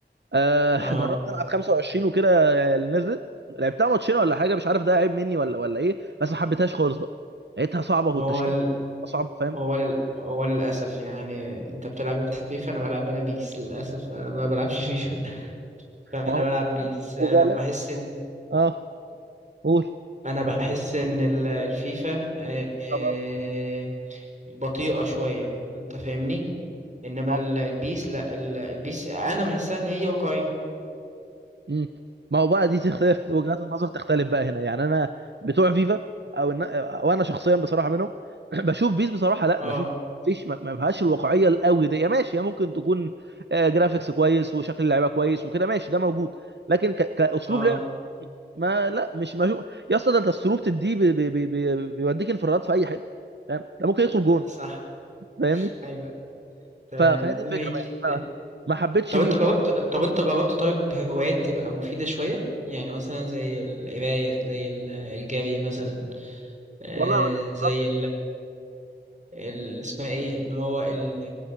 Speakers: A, on the right; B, on the right.
A: آه
B: اه
A: جربت العب 25 وكده آه، اللي نزلت لعبتها ماتشين ولا حاجه مش عارف ده عيب مني ولا ولا ايه بس ما حبيتهاش خالص بقى لقيتها صعبه والتشكيل
B: هو ال...
A: بتاعها اصعب فاهم
B: هو لل... هو للأسف يعني انت بتلعب انت فيفا انا بلعب انا بيس للأسف انا ما بلعبش فيفا انا
A: ما هو-
B: بلعب بيس انا
A: وغالبا
B: بحس ان
A: اه قول
B: انا بحس ان ال- الفيفا آه، آه،
A: طب بقى وكده
B: بطيئة شوية انت فاهمني انما
A: ما
B: ال-
A: هو
B: البيس لا ال- البيس انا بحسها ان هي واقعية
A: مم. ما هو بقى دي تختلف وجهات النظر تختلف بقى هنا يعني انا بتوع فيفا او النا... او انا شخصيا بصراحه منهم <clears throat> بشوف بيس بصراحه لا
B: اه
A: بشوف ما ما فيش ما ما فيهاش الواقعيه القوي دي يا ماشي يا ممكن تكون آه، جرافيكس كويس وشكل اللعيبه كويس وكده ماشي ده موجود لكن ك... كاسلوب
B: اه
A: لعب ما لا مش ما شو... يا اسطى ده انت السروب دي بي... بي... بي... بي... بيوديك انفرادات في اي حته فاهم ده ممكن يدخل جون
B: آه، صح
A: فاهمني
B: <laughs> ايوه تمام
A: ف... فهي
B: ماشي
A: دي الفكره بقى يعني انا ما حبيتش
B: طب
A: بي-
B: انت
A: بيس
B: جربت
A: عن كده
B: طب انت جربت طيب هوايات تبقى مفيدة شوية يعني مثلا زي القراية زي ال- الجري مثلا آه،
A: والله اقول لك جربت
B: زي ال- اسمها ايه اللي هو ال-